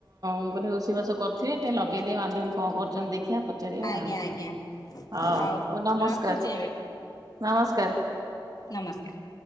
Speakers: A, on the right; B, on the left.
A: ମୁଁ କହିଲି ରୋଷେ ସେଇ ବାସ କରୁଥିବେ ଟିକେ ଲଗେଇଦିଏ ବାନ୍ଧବି କଣ କରୁ ଚନ୍ତି ଦେଖିଆ ପଚାରିବା
B: ଆଜ୍ଞା
A: ହଉ-ହଉ
B: ଆଜ୍ଞା ହଉ
A: ନମସ୍କାର୍।
B: ରଖୁଛି
A: ନମସ୍କାର୍।
B: ନମସ୍କାରେ।